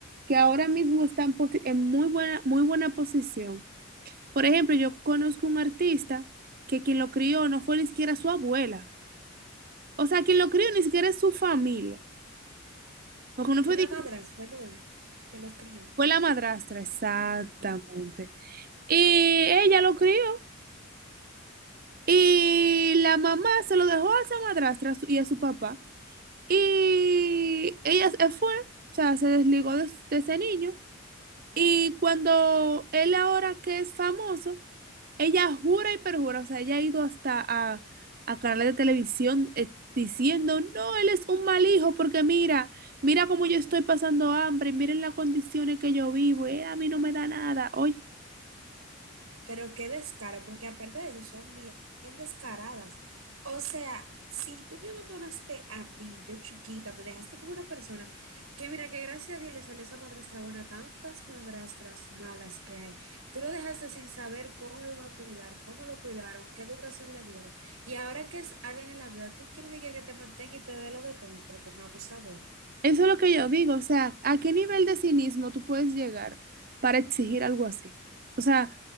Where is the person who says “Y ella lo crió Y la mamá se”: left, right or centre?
Right